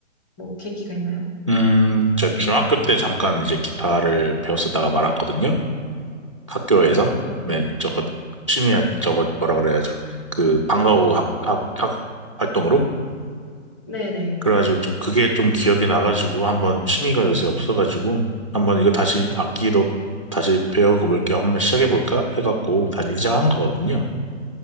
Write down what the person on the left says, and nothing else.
뭐, 계기가 있나요?
아,
네네.